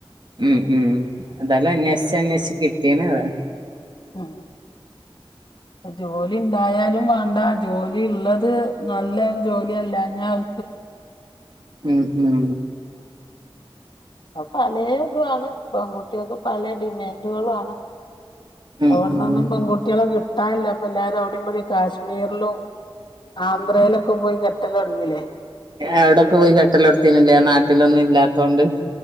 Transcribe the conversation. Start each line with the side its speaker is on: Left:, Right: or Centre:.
Right: മ്മ് മ്മ് അതാലും അന്വേഷിച്ച ന്വേഷ കിട്ടിയന അതാ
Left: മ് ജോലി ണ്ടായാലും വാണ്ട ജോലി ള്ളത് നല്ല ജോലി നല്ല <unintelligible>
Right: മ് മ്
Left: അപ്പ പല ഇതുാണ് പെൺകുട്ടികൾക്ക് പല ഡിമാൻഡുകളാണ്
Right: ഉം
Left: അവിടന്നൊന്നും
Right: ഉം
Left: പെൺകുട്ടികളെ കിട്ടാില്ല ഇ എല്ലാരും അവിടെ് കാശ്മീരിലും ആന്ധ്രയിലൊക്കെ പോയി <unintelligible> തുടങ്ങല്ലേ
Right: എവിടയൊക്കെ പോയി കട്ടല എടുത്തീനില്ല നാട്ടിലൊന്നും ഇല്ലാത്തോണ്ട്.